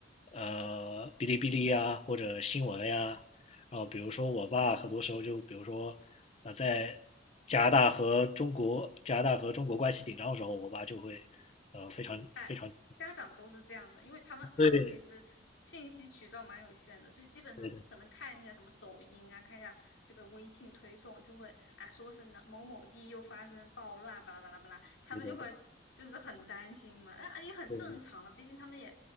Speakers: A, on the left; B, on the left.
A: 呃哔哩哔哩呀，或者新闻呀，然后比如说我爸很多时候就比如说呃在加拿大和中国加拿大和中国关系紧张的时候，我爸就会呃非常非常
B: 哎家长都是这样的，因为他们他们其实信息渠道蛮有限的，
A: 对
B: 就基本上可能看一下什么抖音啊，
A: 对对
B: 看一下这个微信推送，就会啊说是哪某某地又发生暴乱，巴拉巴拉巴拉，他们就会就是很担心嘛，
A: 对对对
B: 那也很正常了，
A: 对。
B: 毕竟他们也